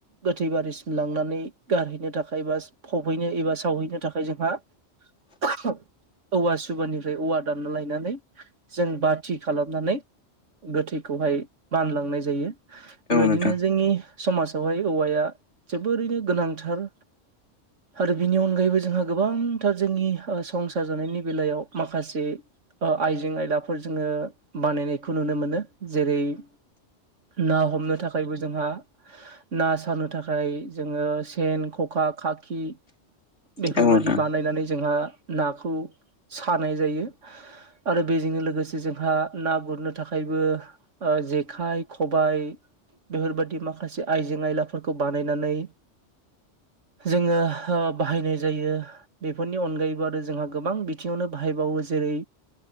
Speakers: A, on the right; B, on the left.
A: गोथै बारिसिम लांनानै गारहैनो थाखाय एबा फबहैनो एबा सावहैनो थाखाय जोंहा <inaudible> औवा सुबानिफ्राय औवा दानना लायनानै जों बाथि खालामनानै गोथैखौहाय बानलांनाय जायो बेबायदिनो
B: नोंथां
A: जोंनि समाजावहाय औवाया जोबोरैनो गोनांथार आरो बिनि अनगायैबो जोंहा गोबांथार जोंनि संसार ओ जानायनि बेलायाव माखासे ओ आइजें आयदफोर जोंङो बानायनायखौ नुनो मोनो जेरै- ना हमनो थाखायबो जोंहा ना सारनो थाखाय जोंङो सेन, खखा, खाखि बेफोरबायदि
B: औ नोंथां औ
A: बानायनानै जोंहा नाखौ सानाय जायो आरो बेजोंनो लोगोसे जोंहा ना गुरनो थाखायबो ओ जेखाय, खबाइ बेफोरबायदि माख खासे आयजें आयलाफोरखौ बानायनानै जोंङो ओ बाहायनाय जायो बेफोरनि अनगायैबो आरो जोंहा गोबां बिथिंङावनो बाहाय बायो जेरै